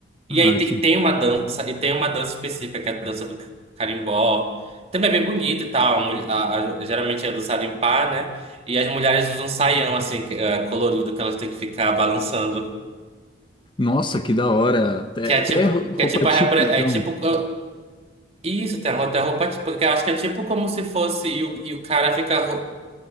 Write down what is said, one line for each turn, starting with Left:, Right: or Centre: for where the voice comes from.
Left: Ah,
Right: E aí te-
Left: que...
Right: e tem uma dança, e tem uma dança específica, que é a dança do carimbó. Também é bem bonita e tal. A mulher- a- a- geralmente é dançado em par, né? E as mulheres usam um saião, assim, que- eh, colorido, que elas têm que ficar balançando.
Left: Nossa, que da hora. Até,
Right: Que é
Left: até
Right: tipo,
Left: ro- roupa
Right: que é tipo
Left: típica,
Right: a repre-
Left: então.
Right: é tipo co- isso, tem a roupa, tem a roupa tipo, que eu acho que é tipo como se fosse e o, e o cara fica